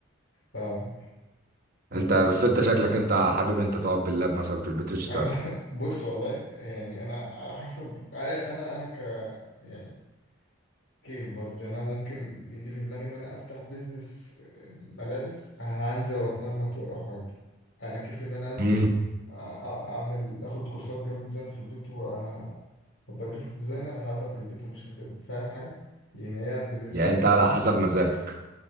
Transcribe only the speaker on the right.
انت بس انت شكلك انت حابب انت تقعد باللاب مثلا في البيت وتشتغل
امم
يعني
انت على حسب مزاجك